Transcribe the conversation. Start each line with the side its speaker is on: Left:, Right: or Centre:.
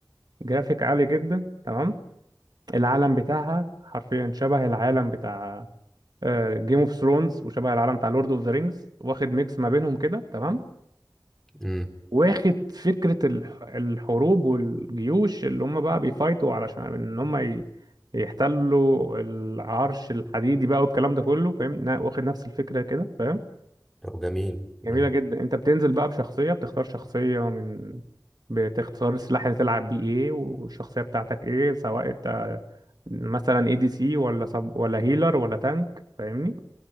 Right: جرافيك عالي جدا تمام العالم بتاعها حرفيا شبه العالم بتاع جيم اوف ثرونز وشبه العالم بتاع لورد اوف ذا رينجز واخد ميكس ما بينهم كده تمام
Centre: امم
Right: واخد فكرة الح- الحروب والجيوش اللي هم بقى بيفايتوا علشان ان هم ي- يحتلوا العرش الحديدي بقى والكلام ده كله فاهم نا- واخد نفس الفكرة كده فاهم
Centre: طب جميل مم.
Right: جميلة جدا انت بتنزل بقى بشخصية بتختار شخصية من بتختار السلاح اللي تلعب بيه ايه والشخصية بتاعتك ايه سواء انت مثلا اي دي سي ولا سب ولا هيلر ولا تانك فاهمني